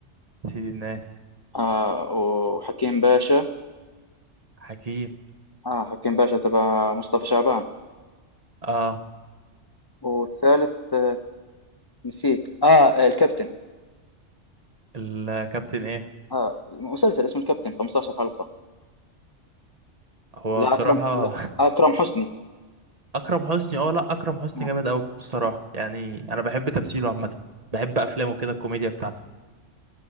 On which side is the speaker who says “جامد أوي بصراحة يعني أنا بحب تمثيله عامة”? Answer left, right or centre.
Right